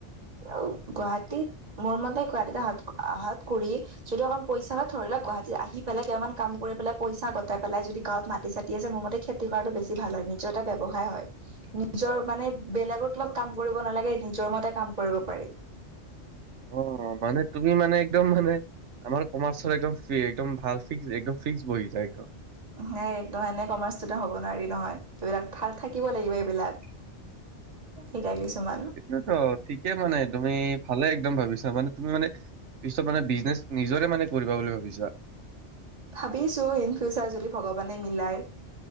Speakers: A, on the right; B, on the right.
A: আৰু গুৱাহাটীত মোৰ মতে গুৱাহাটীত অহা-অহাত কৰি যদি অকণমান পইচা হয় ধৰি লও গুৱাহাটী আহি পেলাই কেইমাহমান কাম কৰি পেলাই পইচা গোটাই পেলাই যদি গাৱত মাটি চাতি আছে মোৰ মতে খেত খেতি কৰাটো বেছি ভাল হয় নিজৰ এটা ব্যৱসায় হয় নিজৰ মানে বেলেগৰ তলত কাম কৰিব নালাগে নিজৰ মতে কাম কৰিব পাৰি
B: অ মানে তুমি মানে একদম মানে আমাৰ কমাৰ্চৰ একদম ফ্ৰি একদম ভাল ফ্ৰীক একদম ফিক্স বহিছা একদম
A: হেই একদম মানে কমাৰ্চ ইচতোদেন হ'ব নোৱাৰি নহয় এইবিলাক থা থাকিব লাগিব এইবিলাক এতিয়া কিছুমান
B: সেইটোৱে ত ঠিকে মানে তুমি ভালে একদম ভাবিছা মানে তুমি মানে পিছত মানে বিজনেছ নিজৰে মানে কৰিব বুলি ভাবিছা
A: ভাবিছো ইন ফিউচাৰ যদি ভগৱানে মিলাই